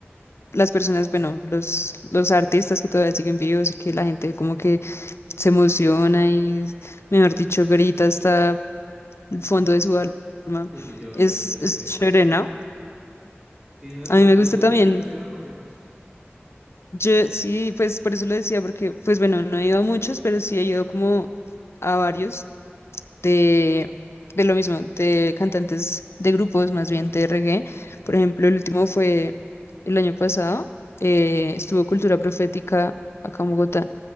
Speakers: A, on the left; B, on the right.
A: las personas, bueno, los, los artistas que todavía siguen vivos y que la gente como que se emociona y, mejor dicho, grita hasta fondo de su alma.
B: Sí, sí, yo,
A: Es,
B: yo, yo, yo soy
A: es
B: de esos.
A: chévere, ¿no?
B: Sí, no es espectacular.
A: A mí me gusta
B: ¿Tú,
A: también.
B: tú, tú sí has ido a conciertos?
A: Yo sí, pues por eso lo decía, porque, pues bueno, no he ido a muchos, pero sí he ido como a varios de, de lo mismo, de cantantes de grupos, más bien de reggae. Por ejemplo, el último fue el año pasado, eh, estuvo Cultura Profética acá en Bogotá.